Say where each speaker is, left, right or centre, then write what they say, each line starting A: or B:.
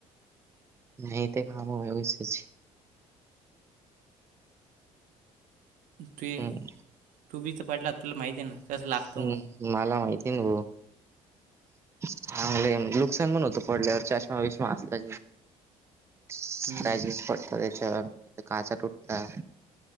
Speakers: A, on the right; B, on the right.
A: नाही ते काम विैसेच
B: तू
A: हम्म
B: बी इथ पडला तुला माहिती आहे ना कसं लागतं
A: हम्म
B: म्हणून
A: मला. माहिती न गो चांगलं नुकसान पण होतं पडल्यावर चष्मा विष्मा असता स्क्रचेस
B: हम्म
A: पडत त्याच्यावर काचा तुटतात